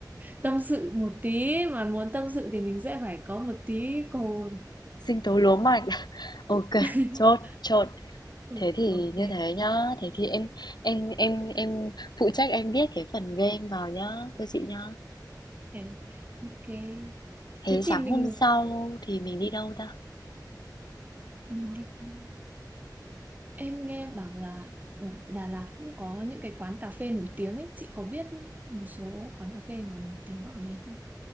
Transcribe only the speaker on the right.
tâm sự một tí mà muốn tâm sự thì mình sẽ phải có một tí cồn
<laughs>
Ừ,
ok
ok ok
thế
thì
mình
Mình tìm thôi. Em nghe bảo là ở Đà Lạt cũng có những cái quán cà phê nổi tiếng ấy. Chị có biết một số quán cà phê nào nổi tiếng ở đấy không?